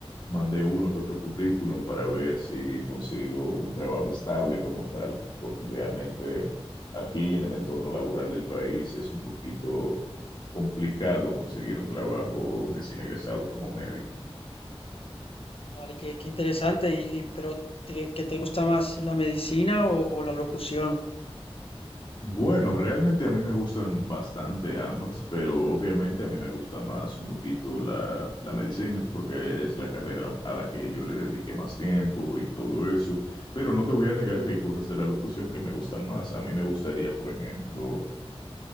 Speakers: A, on the left (about 45°); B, on the left (about 65°).
A: mandé uno que otro currículum para ver si consigo un trabajo estable como tal, porque realmente aquí en el entorno laboral del país es un poquito complicado conseguir un trabajo recién egresado como médico.
B: Vale, qué, qué interesante. Y, y- pero te- ¿qué te gusta más, la medicina o, o la locución?
A: Bueno, realmente a mí me gustan bastante ambas, pero obviamente a mí me gusta más un poquito la, la medicina, porque es la carrera a la que yo le dediqué más tiempo y todo eso, pero no te voy a negar que hay cosas de la locución que me gustan más. A mí me gustaría, por ejemplo,